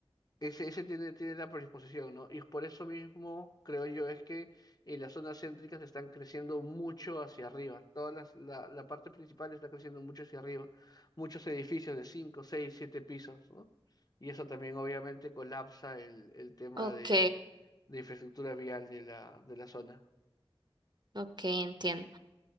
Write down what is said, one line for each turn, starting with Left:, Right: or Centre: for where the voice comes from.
Left: ese, ese tiene, tiene la predisposición, ¿no? Y por eso mismo creo yo es que en las zonas céntricas están creciendo mucho hacia arriba. Todas las, la, la parte principal está creciendo mucho hacia arriba. Muchos edificios de 5, 6, 7 pisos, ¿no? Y eso también obviamente colapsa el, el tema
Right: Ok,
Left: de, de infraestructura vial de la, de la zona.
Right: ok, entiendo.